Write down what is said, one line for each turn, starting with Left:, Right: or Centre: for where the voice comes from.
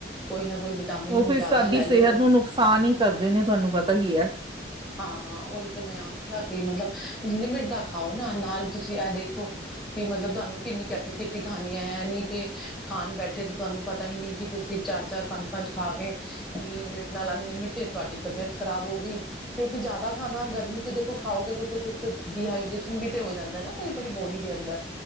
Centre: ਕੋਈ ਨਾ ਕੋਈ ਵਿਟਾਮਿਨ
Right: ਉਹ ਫਿਰ
Centre: ਜ਼ਿਆਦਾ
Right: ਸਾਡੀ
Centre: ਲੈ
Right: ਸਿਹਤ
Centre: ਲਓ
Right: ਨੂੰ ਨੁਕਸਾਨ ਹੀ ਕਰਦੇ ਨੇ ਤੁਹਾਨੂੰ ਪਤਾ ਈ ਐ।
Centre: ਹਾਂ-ਹਾਂ। ਉਹੀ ਤੇ ਮੈਂ ਆਖਿਆ ਕਿ ਮਤਲਬ ਲਿਮਿਟ ਦਾ ਖਾਓ ਨਾ। ਨਾਲ ਤੁਸੀਂ ਇਹ ਦੇਖੋ, ਕਿ ਮਤਲਬ ਤੁਹਾਨੂੰ ਕਿੰਨੀ ਕੈਪੈਸਿਟੀ ਖਾਣੀ ਐ। ਕੇਖਾਣ ਬੈਠੇ ਤੇ ਤੁਹਾਨੂੰ ਪਤਾ ਹੀ ਨਹੀਂ ਕਿ, ਤੁਸੀਂ ਚਾਰ -ਚਾਰ ਪੰਜ-ਪੰਜ ਖਾ ਕੇ ਲਿਮਿਟ ਨਾ ਅਨਲਿਮਿਟ ਤੁਹਾਡੀ ਤਬੀਅਤ ਖਰਾਬ ਹੋ ਗਈ। ਕਿਉਂਕਿ, ਜਿਆਦਾ ਖਾਣਾ ਗਰਮੀ ਚ ਦੇਖੋ ਖਾਓਗੇ ਤਾਂ। ਡੀਹਾਈਡ੍ਰੇਸ਼ਨ ਵੀ ਤੇ ਹੋ ਜਾਂਦਾ ਨਾ ਕਈ ਵਾਰੀ ਬੋ ਈਦੇ ਅੰਦਰ